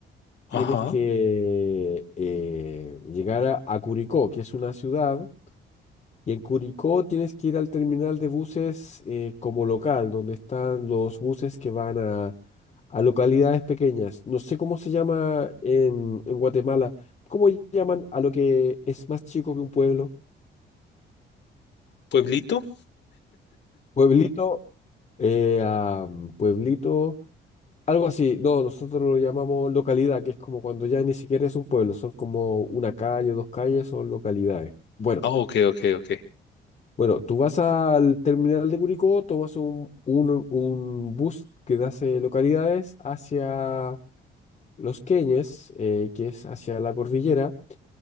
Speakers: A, on the left; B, on the left.
A: Tienes
B: Ajá,
A: que eh, llegar a, a Curicó, que es una ciudad Y en Curicó tienes que ir al terminal de buses eh, como local, donde están los buses que van a, a localidades pequeñas. No sé cómo se llama en, en Guatemala. ¿Cómo llaman a lo que es más chico que un pueblo?
B: pueblito.
A: Pueblito, eh, a, mm, pueblito, algo así. No, nosotros lo llamamos localidad, que es como cuando ya ni siquiera es un pueblo, son como una calle, dos calles, son localidades. Bueno,
B: Ah, ok, ok, ok.
A: Bueno, tú vas al terminal de Curicó, tomas un, un- un bus que te hace localidades hacia Los Queñes, eh, que es hacia la cordillera,